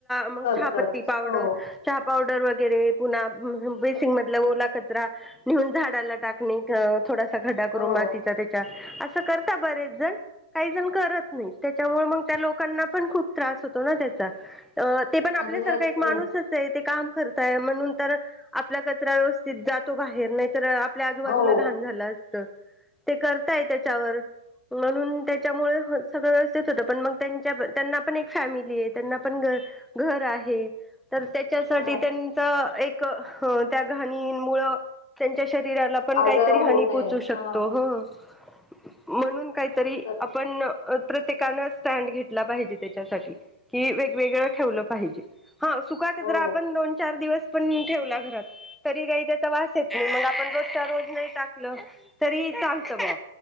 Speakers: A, in the centre; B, on the left.
A: मग
B: करतात
A: चहापत्ति पावडर,
B: हो
A: चहा पावडर. गेल्यावेळी पुन्हा. बेसिन मधला ओला कचरा, नेहून झाडाला टाकणे थोडं खड्डा करू
B: हो
A: मातीचा त्याच्यात. असं करता बरेच जण, काही जण करत नाही, त्याच्यामुळे मग त्या लोकांना पण खूप त्रास होतो ना त्याचा. अ ते पण आपल्यासारख
B: आणि यात
A: एक माणूसच आहे. काम करताय म्हणून. तर आपला कचरा व्यवस्थित जातो बाहेर नाही तर आपल्या आजूबाजूला
B: हो
A: घाण झाल अस ते करताय त्याच्यावर म्हणून त्याच्यामुळे सगळं व्यवस्थित होतं पण मग त्यांना पण एक फॅमिली आहे, त्यांना पण घ घर आहे. तर त्याच्यासाठी
B: हा
A: त्यांचा एक. हं त्या घाणींमूळ त्यांच्या शरीराला पण काहीतरी
B: आजार होऊ
A: हानी पोहोचू
B: नये
A: शकतो,
B: हा
A: हं. म्हणून काही तरी
B: तर
A: आपण प्रत्येकानं स्टँड घेतला पाहिजे, त्याच्यासाठी कि वेगवेगळं ठेवलं पाहिजे. हा सुका कचरा
B: हो
A: आपण दोन चार दिवस पण ठेवला घरात तरी काही त्याचा वास येत नाही मग आपण रोजच्या रोज नाही टाकलं तरी चालत बुवा.